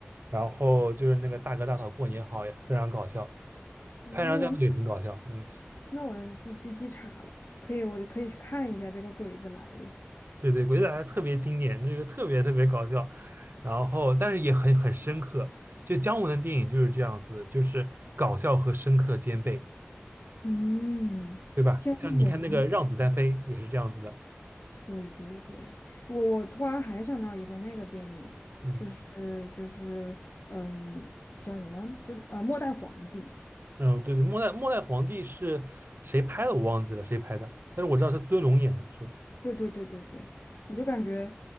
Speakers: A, on the right; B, on the left.
A: 然后就是那个大哥大嫂过年好也非常搞笑，
B: 哦，
A: 拍长江那个也很搞笑，嗯，
B: 那我记记记岔了，可以，我可以去看一下这个《鬼子来了》。
A: 对对，《鬼子来了》特别经典，这个特别特别搞笑，然后但是也很很深刻，就姜文的电影就是这样子，就是搞笑和深刻兼备，
B: 嗯，
A: 对吧？
B: 姜文嗯
A: 像你看那个《让子弹飞》也是这样子的，
B: 对对对，我我突然还想到一个那个电影，
A: 嗯。
B: 就是就是嗯，叫什么？就啊，呃末代皇帝》。
A: 嗯，对对，末代末代皇帝是谁拍的？我忘记了谁拍的，但是我知道是尊龙演的，是吧？
B: 对对对对对，我就感觉